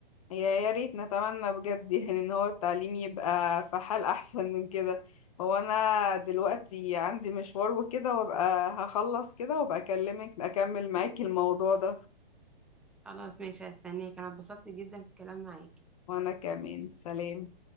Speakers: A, on the left; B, in the centre.
A: يا يا ريت نتمنى بجد يعني إن هو التعليم يبقى في حال أحسن من كده هو أنا دلوقتي عندي مشوار وكده وأبقى هخلص كده وأبقى أكلمك أكمل معاكي الموضوع ده
B: خلاص ماشي هستناك انا اتبسطت جدا في الكلام معاك
A: وأنا كمان سلام